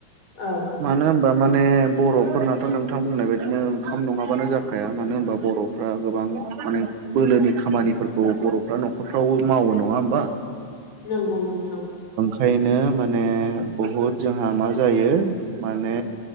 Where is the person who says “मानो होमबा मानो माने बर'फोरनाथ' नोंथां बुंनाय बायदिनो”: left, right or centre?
Right